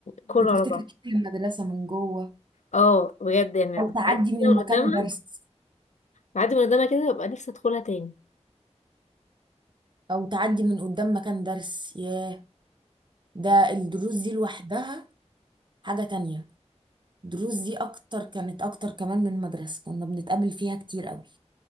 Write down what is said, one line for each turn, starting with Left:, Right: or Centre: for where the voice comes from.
Left: كله
Right: بتفتكري
Left: على بعض
Right: شكل المدرسه من جوه
Left: اه بجد يعني
Right: او
Left: بعدي
Right: تعدي
Left: كده
Right: من مكان
Left: من قدامها
Right: درس
Left: بعدي من قدامها كده ببقى نفسي ادخلها تاني
Right: او تعدي من قدام مكان درس ياه ده الدروس دي لوحدها حاجه تانية الدروس دي اكتر كانت اكتر كمان من المدرسه كنا بنتقابل فيها كتير قوي